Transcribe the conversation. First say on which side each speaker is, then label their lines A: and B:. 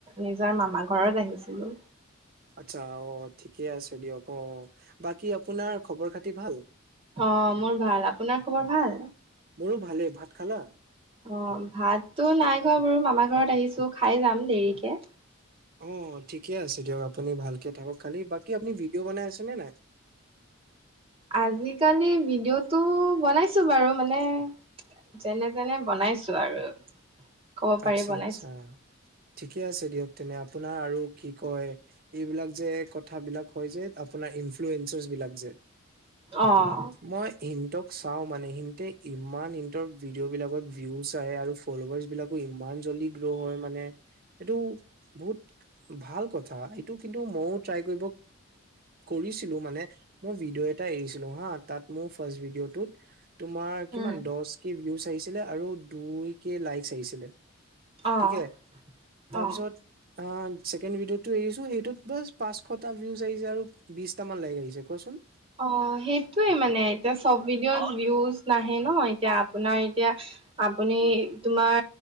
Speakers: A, on the right (about 25°); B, on the right (about 45°).
A: নিজৰ মামা ঘৰত আহিছিলো।
B: আচ্ছা অহ ঠিকে আছে দিয়ক অহ বাকী আপোনাৰ খবৰ -খাতি ভাল?
A: অহ, মোৰ ভাল, আপোনাৰ খবৰ ভাল?
B: মোৰো ভালে ভাত খালা?
A: অহ, ভাততো নাই খোৱা বাৰু মামাৰ ঘৰত আহিছো খাই যাম দেৰিকে।
B: অহ, ঠিকে আছে দিয়ক আপুনি ভালকে থাকক খালি বাকী আপুনি ভিডিঅ' বনাই আছেনে নে নাই? <inaudible>
A: আজিকালি ভিডিঅ'টো বনাইছো বাৰু। মানে যেনে- তেনে বনাইছো আৰু। ক'ব পাৰি
B: আচ্ছা
A: বনাইছো।
B: -আচ্ছা। ঠিকে আছে দিয়ক তেনে আপোনাৰ আৰু কি কয় এইবিলাক যে, কথাবিলাক হয় যে তোমাৰ ইনফ্লুৱেঞ্চাৰচবিলাক যে,
A: অ'
B: মই ইণ ক চাওঁ মানে হিন্তে ইমান ইন্তৰ ভিডিঅ' বিলাকত ভিউজ আহে আৰু ফলৱাৰ্চ বিলাক ইমান জল্দি গ্ৰৱ হয় মানে এইটো বহুত ভাল কথা এইটো কিন্তু মইও ট্ৰাই কৰিব কৰিছিলো মানে মই ভিডিঅ' এটা এৰিছিলো হা তাত মোৰ ফাৰ্ষ্ট ভিডিঅ'টোত তোমাৰ কিমান
A: উম,
B: দচ কে ভিউজ আহিছিলে আৰু দুই কে লাইকচ আহিছিলে।
A: অ'
B: ঠিকে তাৰপিছত
A: অ'।
B: আহ, ছেকেণ্ড ভিডিঅ' টো এৰিছো সেইটোত বাচ পাঁচশটা ভিউজ আহিছে আৰু বিশটা মান লাইক আহিছে কোৱাচোন?
A: অহ, সেইটোয়ে মানে এতিয়া চব ভডিঅ' ভিউজ নাহে ন'এতিয়া আপোনাৰ এতিয়া আপুনি তোমাৰ